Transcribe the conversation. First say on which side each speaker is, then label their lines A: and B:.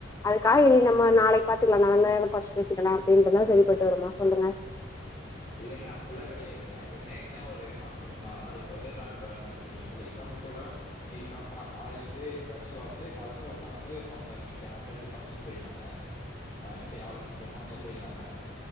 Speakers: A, on the left (about 15°); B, on the left (about 30°).
A: அதுக்காக இனி நம்ம நாளை பாத்துக்லா நானு பச்சு பேசிக்லா அப்டின்றுந்தா சரிப்பட்டு வருமா சொல்லுங்க
B: இல்லைங்க அப்புல்லா கெடையாதுங்க இப்ப என்ன என்ன ஒரு கான்செப்ட்னா இப்ப வந்து நா இப்ப நா இப்ப நீங்க சொல்ல எக்ஸாம்பிள் சொல்ற நீ கா நா காலையில இருந்தே ஆக்சுவலா வந்து காலருந்து ஒருத்தங்க வந்து <unintelligible> போயிருந்தாங்க அ மிஷ ஆளு எ ஃபங்கஷன் பேயிருந்தாங்க